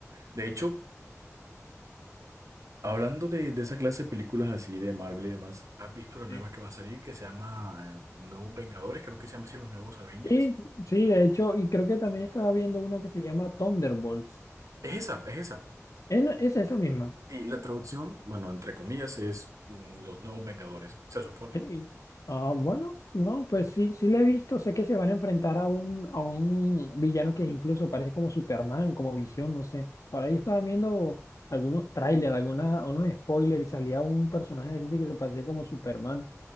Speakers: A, on the right; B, on the left.
A: De hecho, hablando de, de esa clase de películas así de Marvel y demás, ¿has visto la nueva
B: Sí.
A: que va a salir que se llama eh, Nuevos Vengadores? Creo que se llama así Los Nuevos Avengers.
B: Sí, sí, de hecho, y creo que también estaba viendo una que se llama Thunderbolts.
A: Es esa, es esa.
B: Es, la- es esa misma.
A: Y la traducción, bueno, entre comillas, es mm, Los Nuevos Vengadores, se supone.
B: Sí. Ah, bueno, no, pues sí, sí lo he visto. Sé que se van a enfrentar a un, a un villano que incluso parece como Superman, como Visión, no sé. Por ahí estaba viendo algunos trailers, alguna, unos spoilers y salía un personaje aquí sí que se parecía como Superman.